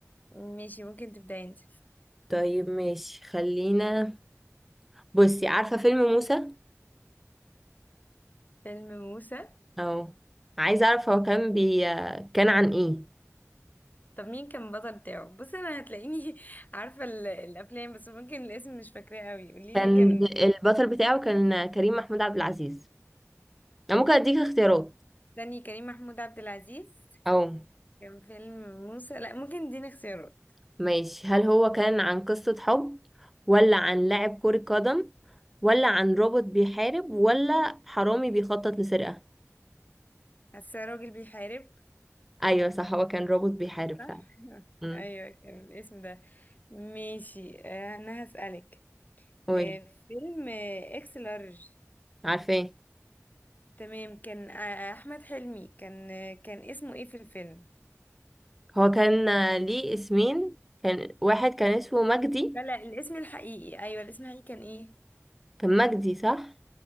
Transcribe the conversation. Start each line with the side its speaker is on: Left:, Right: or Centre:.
Left: ماشي ممكن تبدأ انت
Centre: طيب ماشي خلينا بصي عارفة فيلم موسى
Left: فيلم موسى
Centre: اه عايزه اعرف هو كان بي كان عن ايه
Left: طب مين كان البطل بتاعه بص انا هتلاقيني <laughs> عارفة ال- الافلام بس ممكن الاسم مش فاكراه قوي قوليلي
Centre: كان
Left: كان
Centre: البطل بتاعه كان كريم محمود عبد العزيز انا ممكن اديك اختيارات
Left: تاني كريم محمود عبد العزيز
Centre: اه
Left: كان فيلم موسى لا ممكن اديني اختيارات
Centre: ماشي هل هو كان عن قصة حب ولا عن لاعب كرة قدم ولا عن روبوت بيحارب ولا حرامي بيخطط لسرقة
Left: حاسه راجل بيحارب
Centre: ايوه صح هو كان روبوت بيحارب
Left: صح
Centre: فعلا
Left: <laughs>
Centre: امم
Left: ايوه كان الاسم ده ماشي آه، انا هسألك
Centre: قولي
Left: آه، فيلم آه، اكس لارج
Centre: عارفاه
Left: تمام كان آه، احمد حلمي كان آه، كان اسمه ايه في الفيلم
Centre: هو كان آه، ليه اسمين كان واحد كان اسمه مجدي
Left: لا لا الاسم الحقيقي ايوه الاسم الحقيقي كان ايه
Centre: كان مجدي صح